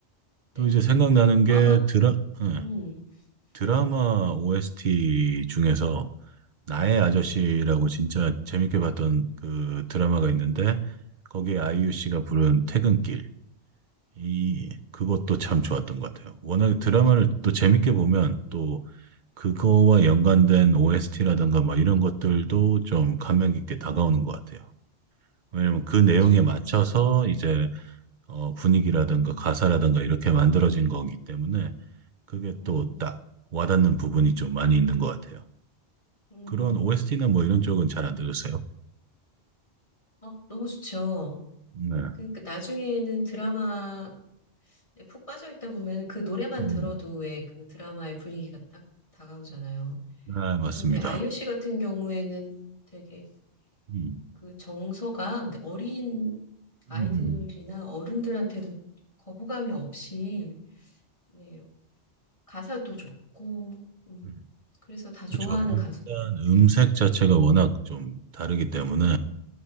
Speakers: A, on the left; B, on the right.
A: 네,
B: 또 이제 생각나는 게
A: 아마
B: 드라 네,
A: 음,
B: 드라마
A: 음,
B: OST 중에서 나의 아저씨라고
A: 음,
B: 진짜 재밌게 봤던 그 드라마가 있는데 거기에 아이유
A: 음.
B: 씨가 부른 퇴근길 이 그것도
A: 음,
B: 참 좋았던 것 같아요. 워낙에 드라마를 또 재밌게 보면 또 그거와 연관된 OST라든가 막 이런 것들도 좀 감명 깊게 다가오는 것 같아요. 왜냐면
A: 네,
B: 그
A: 그렇죠.
B: 내용에 맞춰서 이제 어, 분위기라든가 가사라든가 이렇게 만들어진 거기 때문에 그게
A: 음,
B: 또 딱 와닿는 부분이 좀 많이 있는 것 같아요.
A: 음,
B: 그런 OST나 뭐 이런 쪽은 잘 안 들으세요?
A: 어, 너무 좋죠.
B: 네.
A: 그러니까 나중에는 드라마에 푹 빠져 있다 보면 그 노래만
B: 음,
A: 들어도 왜 그 드라마의 분위기가 딱 다가오잖아요.
B: 아, 맞습니다.
A: 그런데 아이유 씨 같은 경우에는 되게
B: 음,
A: 그 정서가 근데 어린 아이들이나
B: 음, 음,
A: 어른들한테도 거부감이 없이 네, 가사도 좋고 음,
B: 음.
A: 그래서 다 좋아하는
B: 그렇죠. 일단
A: 가수인 것 같아요.
B: 음색 자체가 워낙 좀 다르기 때문에